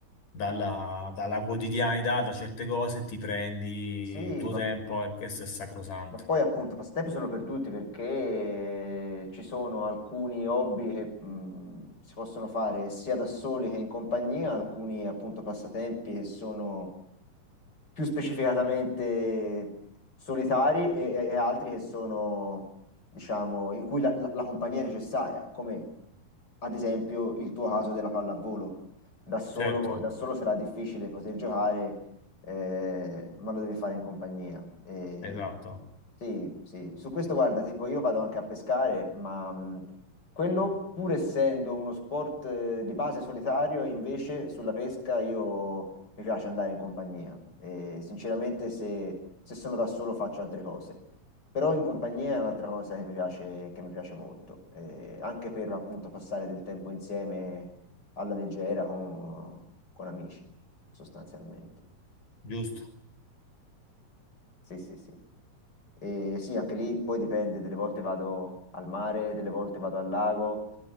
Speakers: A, on the left; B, on the left.
A: dalla, dalla quotidianità, da certe cose, ti prendi
B: Sì,
A: il tuo
B: ma,
A: tempo e questo è sacrosanto.
B: ma poi appunto i passatempi sono per tutti perché ci sono alcuni hobby che mh, si possono fare sia da soli che in compagnia, alcuni appunto passatempi che sono più specificatamente solitari e, e- e altri che sono, diciamo, in cui la, la- la compagnia è necessaria, come ad esempio il tuo caso della pallavolo. Da solo,
A: Certo,
B: da solo sarà difficile poter giocare, eh, ma lo devi fare in compagnia. E
A: esatto,
B: sì, sì, su questo guarda, tipo io vado anche a pescare, ma mh, quello, pur essendo uno sport eh, di base solitario, invece sulla pesca io mi piace andare in compagnia. E, sinceramente, se, se sono da solo faccio altre cose. Però in compagnia è un'altra cosa che mi piace, che mi piace molto, E anche per appunto passare del tempo insieme alla leggera con, con amici, sostanzialmente.
A: giusto.
B: Sì, sì, sì. E sì, anche lì poi dipende, delle volte vado al mare, delle volte vado al lago.